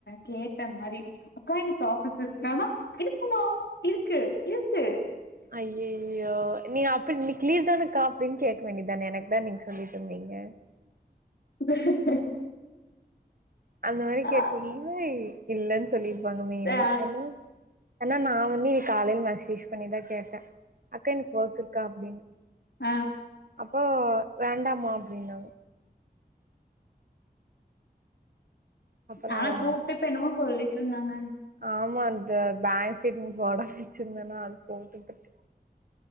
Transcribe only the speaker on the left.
கேட்ட அந்த மாரி அக்கா இன்னைக்கு ஆபீஸ் இருக்கானா இருக்குமா இருக்கு இருக்கு
<inaudible>
ஆ
ஆ
ஆ
அதா
கூப்டு
இப்போ என்னமோ சொல்லிட்ருந்தாங்க